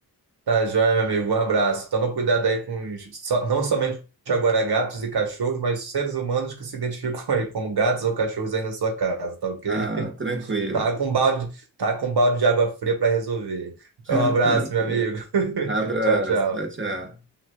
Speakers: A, on the right (about 70°); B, on the right (about 30°).
A: Tá joia, meu amigo. Um abraço. Toma cuidado aí com os, só- não somente agora gatos e cachorros, mas seres humanos que se identificam aí como gatos ou cachorros aí na sua casa, tá ok?
B: Ah, tranquilo.
A: Tá com balde, tá com balde de água fria para resolver. Então,
B: <laughs>
A: Um abraço, meu amigo. <laughs>
B: Abraço,
A: Tchau, tchau.
B: tchau, tchau.